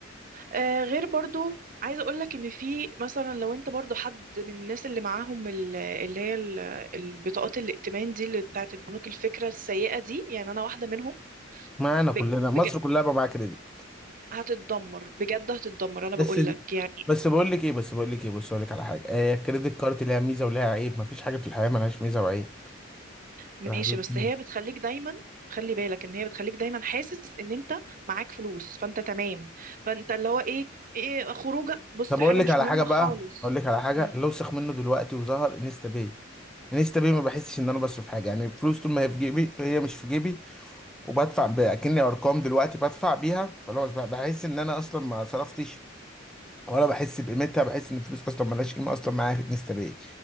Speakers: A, on the right; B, in the centre.
A: آه غير برضو عايزة أقولك إن في مثلا لو أنت برضو حد من الناس اللي معاهم ال- اللي هي ال- البطاقات الائتمان دي اللي بتاعت البنوك الفكرة السيئة دي يعني أنا واحدة منهم
B: معانا
A: بج...
B: كلنا
A: بج...
B: مصر كلها بقى معاها كريدت
A: هتتدمر بجد هتتدمر أنا
B: بس
A: بقولك يعني
B: بس بقول لك ايه بس بقول لك ايه بص اقول لك على حاجه آه الكريدت كارت ليها ميزه وليها عيب مفيش حاجه في الحياه ملهاش ميزه وعيب
A: ماشي
B: <laughs>
A: بس هي بتخليك دايما خلي بالك إن هي بتخليك دايما حاسس إن أنت معاك فلوس فأنت تمام فأنت اللي هو إيه إيه خروجة بص
B: طب
A: حاجة
B: اقول لك
A: مش
B: على
A: مهمة
B: حاجه بقى
A: خالص
B: اقول لك على حاجه
A: امم.
B: لو سخ منه دلوقتي وظهر انستا باي انستا باي ما بحسش ان انا بصرف حاجه يعني فلوس طول ما هي في جيبي هي مش في جيبي وبدفع بأكني ارقام دلوقتي بدفع بيها خلاص بقى بحس ان انا اصلا ما صرفتش ولا بحس بقيمتها بحس ان الفلوس اصلا ملهاش قيمه اصلا معايا في انستا باي